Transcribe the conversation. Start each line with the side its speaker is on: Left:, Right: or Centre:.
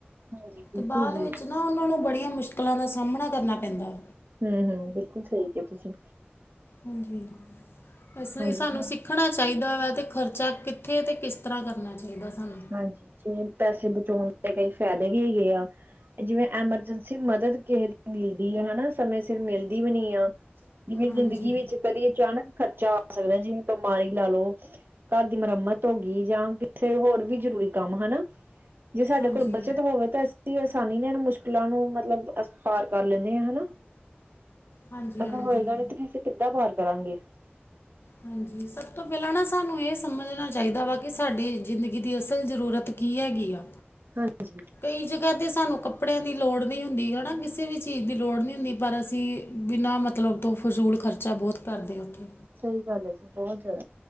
Right: ਹਾਂਜੀ ਬਿਲਕੁਲ
Left: ਤੇ ਬਾਦ
Right: ਜੀ
Left: ਵਿੱਚ ਨਾ ਉਹਨਾਂ ਨੂੰ ਬੜੀਆਂ ਮੁਸ਼ਕਿਲਾਂ ਦਾ ਸਾਹਮਣਾ ਕਰਨਾ ਪੈਂਦਾ।
Right: ਹੂੰ-ਹੂੰ ਬਿਲਕੁਲ ਸਹੀ ਕਿਆ ਤੁਸੀਂ।
Left: ਹਾਂਜੀ, ਇਸ ਲਈ
Right: ਹਾਂਜੀ
Left: ਸਾਨੂੰ
Right: ਜੀ
Left: ਸਿੱਖ ਰਖਣਾ ਚਾਹੀਦਾ ਵਾ ਅਤੇ ਖਰਚਾ ਕਿੱਥੇ ਤੇ ਕਿਸ ਤਰ੍ਹਾਂ ਕਰਨਾ ਚਾਹੀਦਾ ਸਾਨੂੰ।
Right: ਹਾਂਜੀ, ਜਿਵੇਂ ਪੈਸੇ ਬਚਾਉਣ ਦੇ ਕਈ ਫਾਇਦੇ ਵੀ ਹੈਗੇ ਆ ਜਿਵੇਂ ਐਮਰਜੈਂਸੀ ਮਦਦ ਕਿਹਸੇ ਦੀ ਮਿਲਦੀ ਆ ਹਨਾ ਸਮੇ ਸਿਰ ਮਿਲਦੀ ਵੀ ਨੀ ਆ। ਜਿਵੇਂ
Left: ਹਾਂਜੀ
Right: ਜ਼ਿੰਦਗੀ ਵਿੱਚ ਕਦੇ ਅਚਾਨਕ ਖਰਚਾ ਆ ਸਕਦਾ ਜਿਵੇਂ ਬਿਮਾਰੀ ਲਾ ਲਓ। ਘਰ ਦੀ ਮੁਰੰਮਤ ਹੋ ਗਈ ਜਾਂ ਕਿਸੇ ਹੋਰ ਵੀ ਜ਼ਰੂਰੀ ਕੰਮ ਹਨਾ ਜੇ ਸਾਡੇ
Left: ਹਾਂਜੀ
Right: ਕੋਲ ਬੱਚਤ ਹੋਵੇ ਤਾਂ ਅਂ ਆਸਾਨੀ ਨਾਲ ਇਹਨਾਂ ਮੁਸ਼ਕਿਲਾਂ ਨੂੰ ਮਤਲਬ ਅ ਪਾਰ ਕਰ ਲੈਂਦੇ ਹਾਂ ਹਨਾ।
Left: ਹਾਂਜੀ
Right: ਅਗਰ
Left: ਹਾਂਜੀ
Right: ਹੋਏ ਗਾ ਤੇ ਅਸੀਂ ਕਿੱਦਾਂ ਬਾਹਰ ਕਰਾਂਗੇ।
Left: ਹਾਂਜੀ, ਸਭ ਤੋਂ ਪਹਿਲਾਂ ਨਾ ਸਾਨੂੰ ਇਹ ਸਮਝਣਾ ਚਾਹੀਦਾ ਵਾ ਕਿ ਸਾਡੀ ਜ਼ਿੰਦਗੀ ਦੀ ਅਸਲ ਜ਼ਰੂਰਤ ਕੀ ਹੈਗੀ ਆ,
Right: ਹਾਂਜੀ।
Left: ਕਈ ਜਗ੍ਹਾ ਤੇ ਸਾਨੂੰ ਕੱਪ ਕੱਪੜਿਆਂ ਦੀ ਲੋੜ ਨੀ ਹੁੰਦੀ ਹੈ ਨਾ ਕਿਸੇ ਵੀ ਚੀਜ਼ ਦੀ ਲੋੜ ਨਹੀਂ ਹੁੰਦੀ ਪਰ ਅਸੀਂ ਬਿਨਾਂ ਮਤਲਬ ਤੋਂ ਫਜ਼ੂਲ ਖਰਚ ਚਾ ਬਹੁਤ ਕਰਦੇ ਉੱਥੇ।
Right: ਸਹੀ ਗੱਲ ਹੈ ਜੀ ਬਹੁਤ ਜਿਆਦਾ,